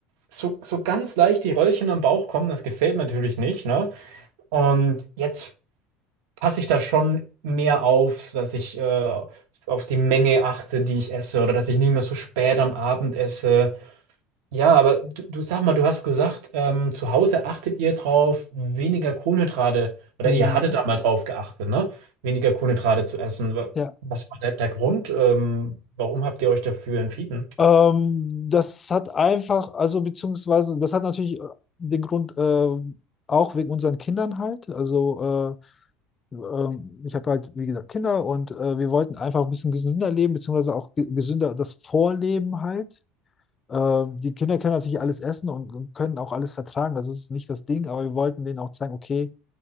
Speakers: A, on the right; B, on the left.
A: so, so ganz leicht die Röllchen am Bauch kommen, das gefällt mir natürlich nicht, ne? Und jetzt passe ich da schon mehr auf, dass ich äh, auf die Menge achte, die ich esse, oder dass ich nicht mehr so spät am Abend esse. Ja, aber du, du sag mal, du hast gesagt, ähm, zu Hause achtet ihr drauf, weniger Kohlenhydrate, oder
B: Mhm.
A: ihr hattet da mal drauf geachtet, ne? Weniger Kohlenhydrate zu essen. Wa-
B: Ja.
A: Was war der, der Grund? Ähm, warum habt ihr euch dafür entschieden?
B: Ähm, das hat einfach, also beziehungsweise, das hat natürlich äh, den Grund, äh, auch wegen unseren Kindern halt. Also äh, ähm, ich habe halt, wie gesagt, Kinder und äh, wir wollten einfach ein bisschen gesünder leben, beziehungsweise auch ge- gesünder das Vorleben halt. Äh, die Kinder können natürlich alles essen und, und können auch alles vertragen, das ist nicht das Ding, aber wir wollten denen auch zeigen, okay,